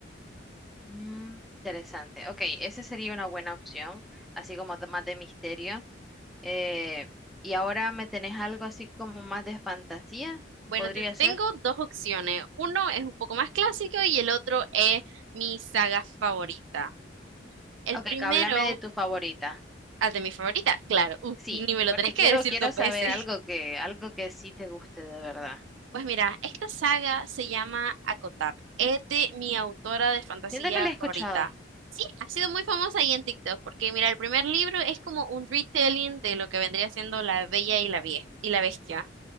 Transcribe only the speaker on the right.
Bueno,
te
tengo dos opciones. Uno es un poco más clásico y el otro es mi saga favorita. El
primero,
ah, de mi favorita, claro, <laughs> uf,
ni me lo
tenés que
decir
dos
veces.
Pues mira, esta saga se llama Acotar. Es de mi autora de fantasía
favorita. Sí, ha sido muy famosa ahí en TikTok, porque mira, el primer libro es como un retelling de lo que vendría siendo La Bella y la Vie- y la Bestia,